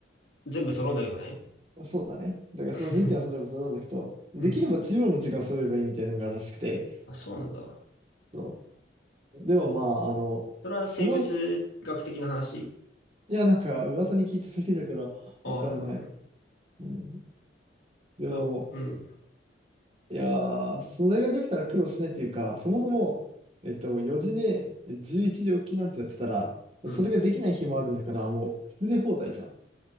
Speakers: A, on the left; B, on the right.
A: 全部揃うんだけどね。
B: そうだね。だからその2点はそれば揃うんだけど、
A: <laughs>
B: できれば中央の時間を揃えればいいみたいなのがあるらしくて、
A: うん。あ、そうなんだ。
B: そう。でもまあ、あの、
A: それは生物学的な話
B: その、いや、なんか、噂に聞いただけだから、
A: ああ、
B: わかんない。
A: そうなんだ。
B: うん。でも、
A: いや、うん、
B: いやー、それができたら苦労しないっていうか、そもそも、えっと、4時ね、11時起きなんてやってたら、
A: うん。
B: それができない日もあるんだから、もう、崩れ放題じゃん。